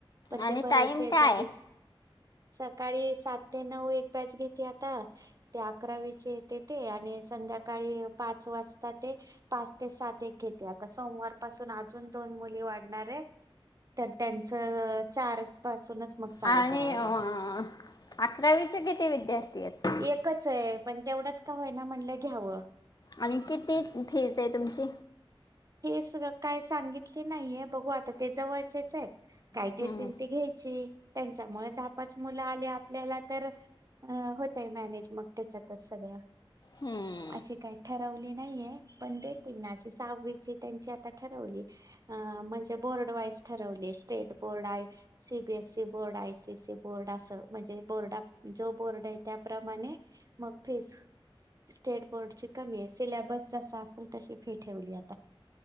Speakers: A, on the right; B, on the left.
A: पण
B: आणि
A: ते बर
B: टाईम
A: हाय शेजारीच.
B: काय आहे?
A: सकाळी सात ते नऊ एक बॅच घे तात. ते अकरावीचे येते ते आणि संध्याकाळी पाच वाजता ते, पाच ते सात एक घेते. आता सोमवार पासून अजून दोन मुली वाढणार ए तर त्यांचं चार पासूनच मग चालू
B: आणि
A: करावं
B: अं,
A: लागल.
B: अकरावीचे किती विद्यार्थी आहेत
A: एकच हये, पण तेवढंच का होईना म्हणलं घ्याव.
B: आणि किती फीज आहे तुमची
A: हे सगळ काय सांगितली नाहीये, बघू आता. ते जवळचेच आहेत. काय देतील
B: हम्म,
A: ते घ्यायची? त्यांच्यामुळे दहा पाच मुलं आली आ पल्याला तर अ होतय, मॅनेज मग त्याच्यातच सगळं.
B: हम्म,
A: अशी काय ठरव ली नाहीेये, पण देतील ना. अस सहावी ची तेनची आता ठरवली. आ म्हणजे बोर्ड वाइज ठरवली. स्टेट बोर्ड आहे, C. B. A. C board आहे. आए. सी. सी बोर्ड आस, म्हणजे बोर्डा जो बोर्ड आहे, त्याप्रमाणे मग फिज स्टेट बोर्डची कमी हाय. सिलॅबस जसा असेल, तशी फी ठेवली आता.